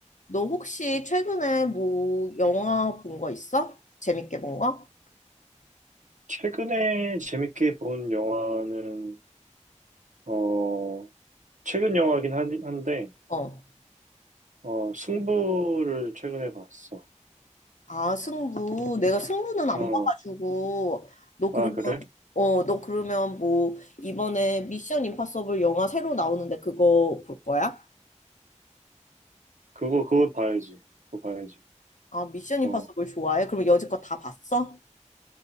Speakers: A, on the left; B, on the right.
A: 너 혹시 최근에 뭐 영화 본 거 있어? 재밌게 본 거?
B: 최근에 재밌게 본 영화는, 어, 최근 영화긴 한- 한데,
A: 어.
B: 어, 승부를 최근에 봤어.
A: 아, 승부. 내가 승부는 안
B: 어,
A: 봐가지고 너 그러면
B: 아, 그래?
A: 어, 너 그러면 뭐 이번에 미션 임파서블 영화 새로 나오는데 그거 볼 거야?
B: 그거, 그거 봐야지. 그거 봐야지.
A: 아, 미션
B: 어,
A: 임파서블 좋아해? 그럼 여지껏 다 봤어?